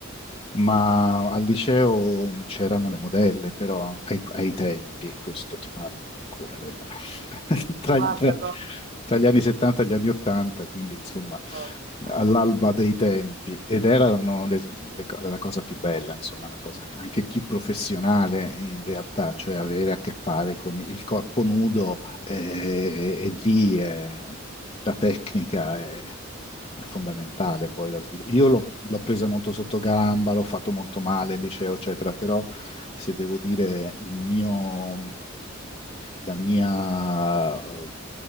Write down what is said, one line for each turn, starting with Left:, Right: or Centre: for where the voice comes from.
Left: ma al liceo c'erano le modelle, però ai, ai tempi, questo ti parlo ancora della- <laughs> tra,
Right: Guarda,
Left: gli tra-
Right: no.
Left: tra gli anni 70 e gli anni 80, quindi insomma
Right: <laughs> ok.
Left: all'alba dei tempi, ed erano le- le co- la cosa più bella, insomma, la cosa anche più professionale in realtà, cioè avere a che fare con il corpo nudo eh, e, lì eh, la tecnica. eh, è fondamentale poi da sviluppare. Io l'ho l'ho presa molto sotto gamba, l'ho fatto molto male, il liceo, eccetera, però se devo dire il mio, la mia, eh,